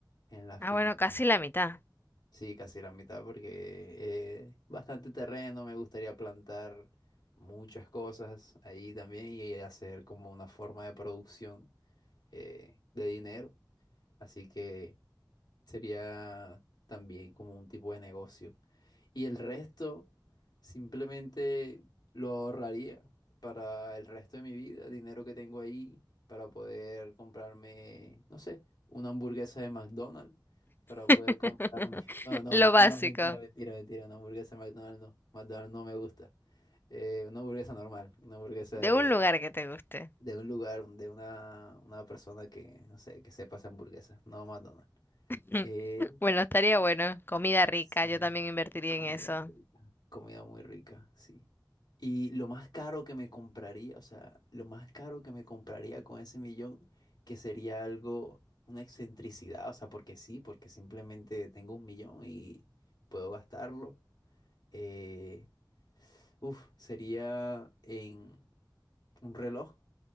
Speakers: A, on the left; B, on the left.
A: en la
B: Ah,
A: finca.
B: bueno, casi la mitad.
A: Sí, casi la mitad porque eh, bastante terreno, me gustaría plantar muchas cosas ahí también y hacer como una forma de producción eh, de dinero. Así que sería también como un tipo de negocio. Y el resto simplemente lo ahorraría para el resto de mi vida, dinero que tengo ahí para poder comprarme, no sé, una hamburguesa de McDonald's, para
B: <laughs>
A: poder comprarme, <laughs> bueno, no,
B: Lo básico,
A: no, mentira, mentira, mentira, una hamburguesa de McDonald's no, McDonald's no me gusta. Eh, una hamburguesa normal, una hamburguesa
B: de
A: de,
B: un lugar que te guste.
A: de un lugar, de una, una persona que, no sé, que sepa hacer hamburguesas, no McDonald's.
B: <laughs>
A: Eh,
B: Bueno, estaría bueno. Comida rica,
A: Sí,
B: yo también invertiría
A: comida
B: en eso.
A: rica, comida muy rica, sí. Y lo más caro que me compraría, o sea, lo más caro que me compraría con ese millón, que sería algo, una excentricidad, o sea, porque sí, porque simplemente tengo un millón y puedo gastarlo. Eh, uf, sería en un reloj,